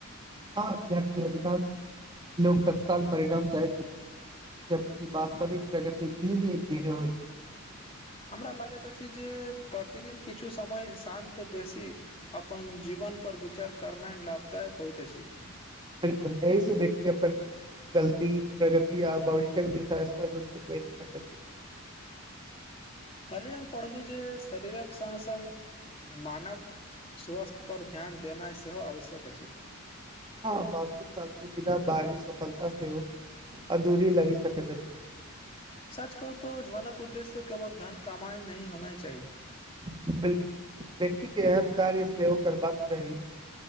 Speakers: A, on the right; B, on the left.
A: <inaudible> हँ कियाकी अधिकांश लोक तत्काल परिणाम चाहे छथि जबकी वास्तविक प्रगति धीरे धीरे होइ
B: हमरा लगैत अछि जे प्रतिदिन किछु समय शांत बेसी अपन जीवन पर विचार करनाय लाभदायक होइत अछि
A: <inaudible> बिलकुल ऐही स व्यक्ति अपन गलती प्रगति आ भविष्य्यक दिशा स्पष्ट रूप से देख सकत
B: कल्ही हम पढ़लहुँ जे शरीरक सङ्ग सङ्ग मानक स्वास्थ्य पर ध्यान देनाइ सेहो आवश्यक अछि
A: हँ मानसिक शान्ति बिना बाहरी सफलता सेहो अधूरी लगि सकैत अछी
B: सच कहू तो जीवनक उद्देश्य केवल धन कमाई नही होनइ चाही
A: <inaudible> बिलकुल व्यक्ति के एहन कार्य सेहो करबाक चाही